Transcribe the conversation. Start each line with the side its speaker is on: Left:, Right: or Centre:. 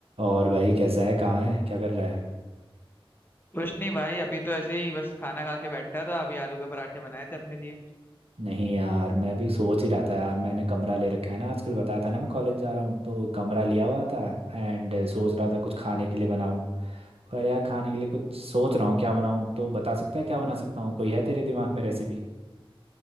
Right: और भाई कैसा है कहाँ है क्या कर रहा है
Left: कुछ नहीं भाई अभी तो ऐसे ही बस खाना खा के बैठा था अभी आलू के पराठे बनाए थे अपने लिए
Right: नहीं यार मैं भी सोच ही रहा था यार मैंने कमरा ले रखा है ना आजकल बताया था ना मैं कॉलेज जा रहा हूँ तो कमरा लिया हुआ था एंड सोच रहा था कुछ खाने के लिए बनाऊँ पर यार खाने के लिए कुछ सोच रहा हूँ क्या बनाऊँ तो बता सकता है क्या बना सकता हूँ कोई है तेरे दिमाग में रेसिपी